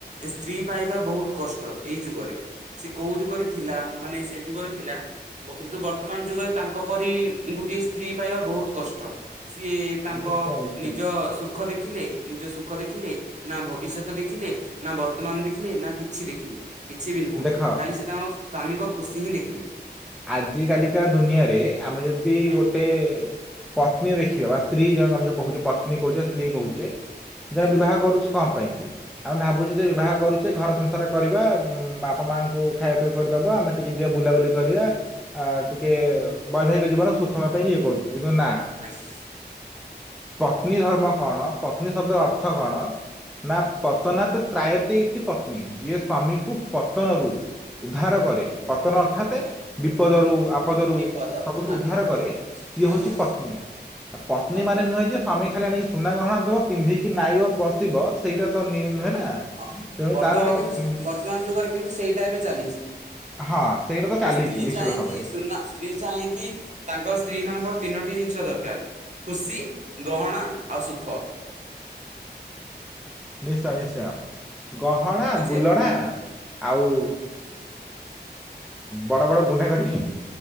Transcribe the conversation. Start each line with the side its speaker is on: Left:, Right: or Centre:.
Right: ସ୍ତ୍ରୀ ପାଇବା ବହୁତ କଷ୍ଟ ଏଇ ଯୁଗରେ। ସେ କୋଉ ଯୁଗରେ ଥିଲା ମାନେ ସେ ଯୁଗରେ ଥିଲା। କିନ୍ତୁ ବର୍ତ୍ତମାନ ଯୁଗରେ ତାଙ୍କ ପରି ଗୋଟିଏ ସ୍ତ୍ରୀ ପାଇବା ବହୁତ କଷ୍ଟ ସିଏ ତାଙ୍କ
Centre: ନିଶ୍ଚୟ ନିଶ୍ଚୟ
Right: ନିଜ ସୁଖ ଦେଖିଲେ ନିଜ ସୁଖ ଦେଖିଲେ ନା ଭବିଷ୍ୟତ ଦେଖିଲେ ନା ବର୍ତ୍ତମାନ ଦେଖିଲେ ନା କିଛି ଦେଖିଲେ। କିଛି ବି ନୁହଁ
Centre: ଦେଖ
Right: ଖାଲି ସେ ତାଙ୍କ ସ୍ଵାମୀଙ୍କ ଖୁସି ହିଁ ଦେଖିଲେ।
Centre: ଆଜ କାଲିକା ଦୁନିଆରେ ଆମେ ଯଦି
Right: ଆଜ୍ଞା
Centre: ଗୋଟେ ପତ୍ନୀ ଦେଖି ବା ସ୍ତ୍ରୀ ଜଣ ଆମେ ଯୋଉ କହୁଛେ ପତ୍ନୀ କହୁଛେ ସ୍ତ୍ରୀ କହୁଛେ ଜଣେ
Right: ଆଜ୍ଞା
Centre: ବିବାହ କରୁଛି କଣ ପାଇଁ? ଆମେ ଭାବୁଛେ ଯେ ବିବାହ କରୁଛେ ଘର ସଂସାର କରିବା ବାପା ମାଙ୍କୁ ଖାଇବା ପିଇବାକୁ କରି କି ଦବ ଆମେ ଟିକେ ଟିକେ ବୁଲାବୁଲି କରିବା ଟିକେ ବୈବାହିକ ଜୀବନ ସୁଖ ହବା ପାଇଁ ଇଏ କରୁଛି କିନ୍ତୁ ନା
Right: ଆଇସ୍
Centre: ପତ୍ନୀ ଧର୍ମ କଣ ପତ୍ନୀ ଶବ୍ଦର ଅର୍ଥ କଣ? ନା ପତନାତ୍ ତ୍ରାୟତେ ଇତି ପତ୍ନୀ ଯିଏ ସ୍ଵାମୀକୁ ପତନରୁ ଉଦ୍ଧାର କରେ ପତନ ଅର୍ଥ ଅର୍ଥାତ
Right: ଆଜ୍ଞା
Centre: ବିପଦରୁ ଆପଦରୁ
Right: ବିପଦ
Centre: ସବୁଥିରୁ
Right: ଆଜ୍ଞା
Centre: ଉଦ୍ଧାର କରେ ସିଏ
Right: ଆଜ୍ଞା
Centre: ହଉଛି ପତ୍ନୀ। ପତ୍ନୀ
Right: ଆଜ୍ଞା
Centre: ମାନ ନୁହେଁ ଯେ ସ୍ଵମୀ ଖାଲି ଆଣିକି ସୁନା ଗହଣା ଦେବ ପିନ୍ଧିକି ନାଇବ ବଶିବ ସେଇଟା ତ ନୁହେଁ ନା
Right: ହ,
Centre: ତେଣୁ
Right: ବର୍ତ୍ତମାନ
Centre: ତାର ଉଁ,
Right: କିନ୍ତୁ ବର୍ତ୍ତମାନ ଯୁଗରେ କିନ୍ତୁ ସେଇଟା ଏବେ ଚାଲିଛି।
Centre: ହଁ ସେଇଟା ତ ଚାଲିଛି
Right: ସ୍ତ୍ରୀ
Centre: ନିଶ୍ଚିତ
Right: ଚାହେଁ
Centre: ଭାବରେ
Right: କି ସୁନା ସ୍ତ୍ରୀ ଚାହିଁକି ତାଙ୍କର ସ୍ତ୍ରୀ ମାନଙ୍କର ତିନୋଟି ଜିନିଷ ଦରକାର। ଖୁସି ଗହଣା ଆଉ ସୁଖ
Centre: ନିଶ୍ଚୟ ନିଶ୍ଚୟ ଗହଣା
Right: ବୁଝି
Centre: ବୁଲଣା
Right: ହେଲା
Centre: ଆଉ। ବଡ, ବଡ ଗୁଣ୍ଡା କରିକି